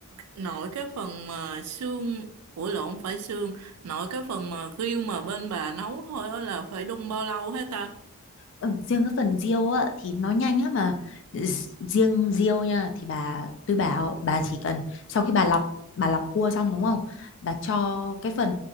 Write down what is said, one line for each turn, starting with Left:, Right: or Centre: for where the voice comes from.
Right: nội cái phần mà xương Ủa lộn không phải xương Nội cái phần mà riêu mà bên bà nấu thôi á là phải đun bao lâu hết ta
Left: Ừ, riêng cái phần riêu á thì nó nhanh á mà Z- riêng riêu nha thì bà tôi bảo bà chỉ cần sau khi bà lọc bà lọc cua xong đúng không bà cho cái phần